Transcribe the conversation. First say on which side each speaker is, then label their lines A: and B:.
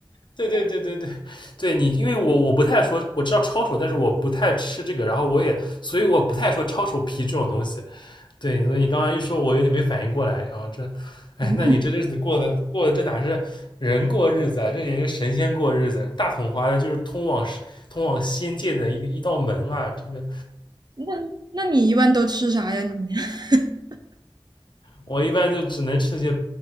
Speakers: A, on the left; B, on the right.
A: 对对对对对，对你，因为我我不太说，我知道抄手，但是我不太吃这个，然后我也，所以我不太说抄手皮这种东西。对，所以你刚刚一说，我有点没反应过来。然后这，哎，
B: 馄饨
A: 那你这日子过的过的这哪是人过日子啊？这也是神仙过日子。大统华的就是通往世通往仙界的一一道门啊。这个
B: 皮，那那你一般都吃啥呀你？<laughs>
A: 我一般就只能吃些，